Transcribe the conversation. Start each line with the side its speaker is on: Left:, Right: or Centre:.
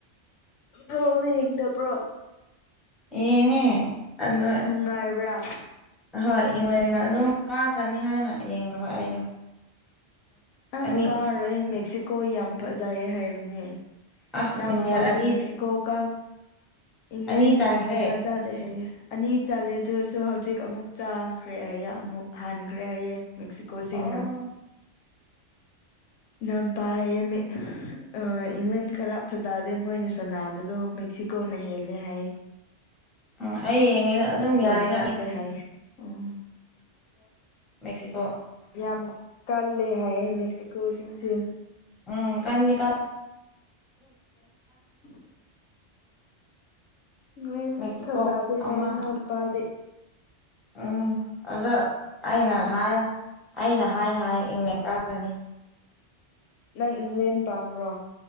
Left: ꯕ꯭ꯔꯣ ꯌꯦꯡꯗꯕ꯭ꯔꯣ
Centre: ꯌꯦꯡꯉꯦ ꯑꯗꯣ
Left: ꯅꯨꯡꯉꯥꯏꯕ꯭ꯔꯥ
Centre: ꯑꯍꯣꯏ ꯏꯪꯂꯦꯟꯟꯅ ꯑꯗꯨꯝ ꯀꯥꯈ꯭ꯔꯅꯤ ꯍꯥꯏꯅ ꯌꯦꯡꯗꯕ ꯑꯩꯗꯣ
Left: ꯑ
Centre: ꯑꯅꯤ
Left: ꯀꯥꯔꯔꯣꯏ ꯃꯦꯛꯁꯤꯀꯣ ꯌꯥꯝ ꯐꯖꯩꯌꯦ ꯍꯥꯏꯕꯅꯦ
Centre: ꯑꯁ
Left: ꯏꯎ
Centre: ꯏꯪꯂꯦꯟ
Left: ꯅꯨ ꯎꯄꯥꯗꯤ
Centre: ꯑꯅꯤ
Left: ꯃꯦꯛꯁꯤꯀꯣ ꯀ ꯏꯪꯂ꯭ꯂꯦꯟ
Centre: ꯑꯅꯤ ꯆꯟꯈ꯭ꯔꯦ
Left: ꯊꯖꯗꯦ ꯍꯥꯏ ꯑꯅꯤ ꯆꯂꯦꯗꯨꯁꯨ ꯍꯧꯖꯤꯛ ꯑꯃꯨꯛ ꯆꯥꯈ꯭ꯔꯦ ꯍꯥꯏꯌꯦ ꯑꯃꯨꯛ ꯍꯥꯟꯈ꯭ꯔꯦ ꯍꯥꯏꯌꯦ ꯃꯦꯛꯁꯤꯀꯣꯁꯤꯡꯅ
Centre: ꯑꯣ
Left: ꯅꯣꯟ ꯄꯌꯦꯃꯦ ꯑ ꯏꯪꯂꯦꯟ ꯈꯔ ꯐꯖꯗꯦ ꯃꯣꯏꯅ ꯁꯥꯟꯕꯗꯣ ꯃꯦꯛꯁꯤꯀꯣꯅ ꯍꯦꯜꯂꯦ ꯍꯥꯏꯌꯦ <unintelligible>
Centre: ꯎꯝ ꯑꯩ ꯌꯦꯡꯉꯤꯗ ꯑꯗꯨꯝ
Left: ꯌꯥꯝ
Centre: ꯌꯥꯏꯗ
Left: ꯀꯜꯂꯦ ꯍꯥꯏꯌꯦ ꯎꯝ
Centre: ꯃꯦꯛꯁꯤꯀꯣ
Left: ꯌꯥꯝ ꯀꯜꯂꯦ ꯍꯥꯏꯌꯦ ꯃꯦꯛꯁꯤꯀꯣꯁꯤꯡꯁꯦ
Centre: ꯎꯝ ꯀꯅꯤ ꯀ
Left: ꯎ ꯅꯦꯟ
Centre: ꯃꯦꯛꯁꯤꯀꯣ
Left: ꯊꯖꯥꯗꯦ
Centre: ꯑꯃ
Left: ꯍꯥꯏ ꯅꯎ ꯅꯨꯄꯥꯗꯤ
Centre: ꯎꯝ ꯑꯗꯣ ꯑꯩꯅ ꯍꯥꯏꯌꯣ ꯑꯩꯅ ꯍꯥꯏ ꯍꯥꯏꯌ ꯏꯪꯉ ꯇꯥꯔꯅꯤ
Left: ꯅꯪ ꯏꯪꯂꯦꯟ ꯄꯥꯝꯕ꯭ꯔꯣ